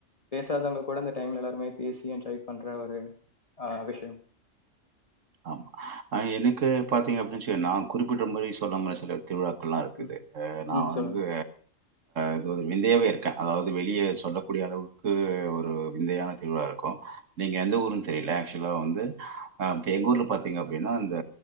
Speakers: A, on the left (about 30°); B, on the right (about 75°).
A: பேசாதவங்க கூட இந்தந்த டைம்ல எல்லாருமே பேசி ட்ரை பண்ற ஒரு ஆ விஷயம்
B: ஆமா ஆ எனக்கு பாத்தீங்க அப்டின்னுச்சு நா குறிப்பிடுற மாரி சொல்லங்க சிலர் திருவிழாக்கள்ல்லா இருக்குது
A: ம்
B: நா
A: ம் சொல்லுங்க
B: வந்து இது விந்தையாவ இருக்கே அதாவது வெளியே சொல்லக்கூடிய அளவுக்கு ஒரு விந்தையான திருவிழா இருக்கு நீங்க எந்த எந்த ஊருன் தெரியல ஆக்சுவலா வந்து அ இப்போ எங்க ஊர்ல பாத்தீங்க அப்படின்னா இந்த